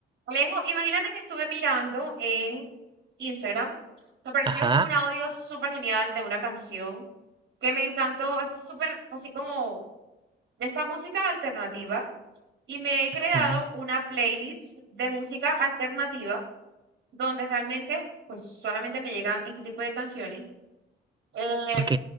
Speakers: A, on the right (about 65°); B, on the right (about 25°).
A: Alejo, imagínate que estuve mirando en Instagram, me apareció
B: Ajá,
A: un audio súper genial de una canción que me encantó, es súper así como de esta música alternativa y me he creado
B: ah,
A: una playlist de música alternativa donde realmente pues solamente me llegan este tipo de canciones. Eh,
B: ok.